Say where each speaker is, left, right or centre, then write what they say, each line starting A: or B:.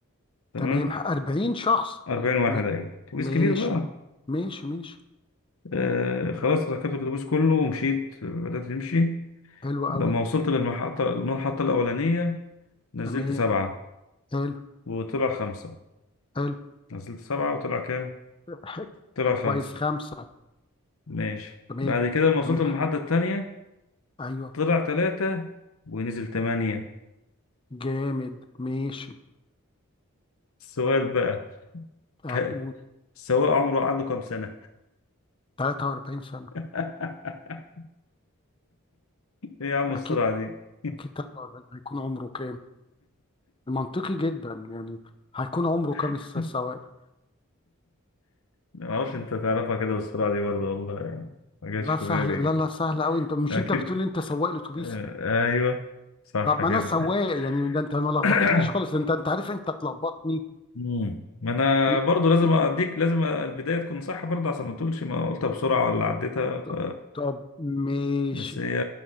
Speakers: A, on the left; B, on the left.
A: تمام
B: تمام 40 شخص
A: 40 واحد
B: م...
A: ايوه اتوبيس
B: ماشي
A: كبير بقى
B: ماشي ماشي
A: آه خلاص ركبت الاتوبيس كله ومشيت بدأت أمشي
B: حلو
A: لما
B: أوي
A: وصلت للمحطة المحطة الأولانية نزلت
B: تمام
A: سبعة
B: حلو
A: وطلع خمسة
B: حلو
A: نزلت سبعة وطلع كام؟
B: ح-
A: طلع خمسة
B: كويس خمسة
A: ماشي
B: تمام
A: بعد كده لما وصلت
B: تمام
A: للمحطة التانية
B: أيوه
A: طلع تلاتة ونزل تمانية
B: جامد ماشي
A: السؤال بقى
B: أقول
A: ك... السواق عمره عنده كام سنة؟
B: 43 سنة
A: <laughs> إيه يا عم
B: أكيد
A: السرعة دي؟
B: أكيد 43 هيكون عمره كام؟ منطقي جدا يعني هيكون عمره كام
A: <laughs>
B: الس- السواق؟
A: ما اعرفش انت تعرفها كده بالسرعه دي برضه والله يعني ما جاتش
B: لا
A: في
B: سهل
A: بالي
B: لا لا سهل أوي أنت مش
A: اكيد
B: أنت بتقول أنت سواق الأتوبيس؟
A: آه، ايوه صح
B: طب ما
A: كده
B: أنا سواق يعني ده أنت ما لخبطتنيش
A: <coughs>
B: خالص أنت أنت عارف أنت تلخبطني
A: مم. ما انا
B: ل-
A: برضه لازم
B: ل-
A: اديك لازم البدايه تكون صح برضه عشان ما تقولش ما قلتها بسرعه ولا عديتها ف...
B: ط- طب ماشي
A: بس هي